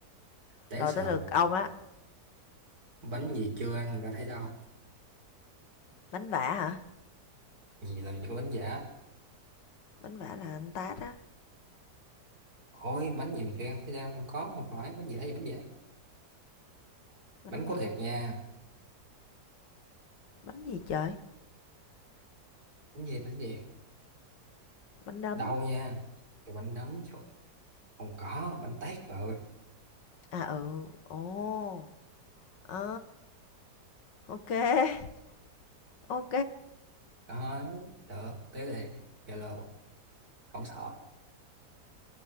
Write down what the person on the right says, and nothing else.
đáng
sợ
bánh gì chưa ăn mà đã thấy đau
gì làm gì có bánh giả
ôi bánh gì mà chưa ăn thấy đau không có không phải bánh giả gì bánh giả
bánh có
thiệt nha
bánh gì bánh gì
đau nha Trời, bánh đấm trời không có bánh tét bà ơi
Đấy, được tới đây Zalo không sợ